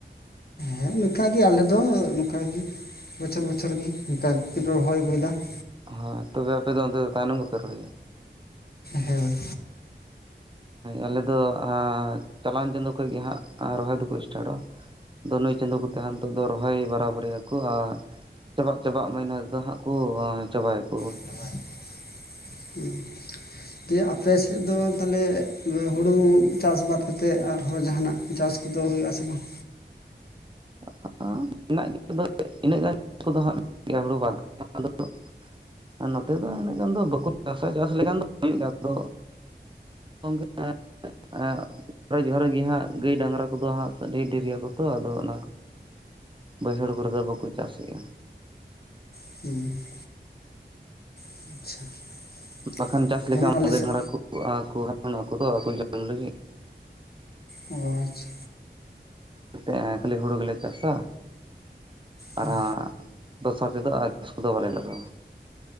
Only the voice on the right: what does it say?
ᱦᱚᱸ ᱛᱚᱵᱮ ᱟᱯᱮ ᱫᱚ ᱚᱱᱛᱮ ᱫᱚ ᱛᱟᱭᱱᱚᱢ ᱜᱮ ᱯᱮ ᱨᱚᱦᱭᱟ,
ᱟᱞᱮ ᱫᱚ ᱪᱟᱞᱟᱣᱮᱱ ᱪᱟᱸᱫᱳ ᱠᱷᱚᱱ ᱜᱮ ᱦᱟᱸᱜ ᱨᱚᱦᱚᱭ ᱫᱚ ᱠᱚ ᱥᱴᱟᱴᱼᱟ, ᱫᱚ ᱱᱩᱭ ᱪᱟᱸᱫᱳ ᱠᱚᱛᱮ ᱦᱟᱸᱜ ᱱᱤᱛᱳᱜ ᱫᱚ ᱨᱚᱦᱚᱭ ᱵᱟᱨᱟᱵᱟᱹᱨᱤ ᱟᱠᱚ ᱟ ᱪᱟᱵᱟᱜ ᱪᱟᱵᱟᱜ ᱢᱟᱹᱭᱱᱟᱹ ᱨᱮᱫᱚ ᱦᱟᱸᱜ ᱠᱚ ᱪᱟᱵᱟᱭ ᱟᱠᱚ,
<inaudible> ᱟᱨ ᱱᱚᱛᱮ ᱫᱚ ᱤᱱᱟᱹᱜ ᱜᱟᱱ ᱫᱚ ᱵᱟᱠᱚ ᱪᱟ ᱥᱟ ᱪᱟᱥ ᱞᱮᱠᱷᱟᱱ ᱦᱳᱭᱳᱜ ᱜᱮᱭᱟ, ᱟᱫᱚ <inaudible> <unintelligible> ᱜᱮ ᱦᱟᱸᱜ ᱜᱟᱹᱭ ᱰᱟᱝᱨᱟ ᱠᱚ ᱫᱚ ᱦᱟᱸᱜ ᱰᱷᱮᱨ ᱜᱮᱭᱟ ᱠᱚ ᱛᱚ ᱟᱫᱚ ᱚᱱᱟ, ᱵᱟᱹᱭᱦᱟᱹᱲ ᱠᱚᱨᱮ ᱫᱚ ᱵᱟᱠᱚ ᱪᱟᱥ ᱮᱼᱟ,
ᱵᱟᱠᱷᱟᱱ ᱪᱟᱥ
ᱞᱮᱠᱷᱟᱱ
<inaudible> ᱡᱚᱢ
ᱞᱟᱹᱜᱤᱫ
<inaudible> ᱠᱷᱟᱹᱞᱤ ᱦᱳᱲᱳ ᱜᱮᱞᱮ ᱪᱟᱥᱟ᱾
ᱟᱨ ᱦᱟᱸᱜ ᱫᱚᱥᱟᱨ ᱛᱮ ᱫᱚ ᱟᱨ ᱪᱟᱥ ᱠᱚ ᱫᱚ ᱵᱟᱞᱮ ᱞᱟᱜᱟᱣᱟ᱾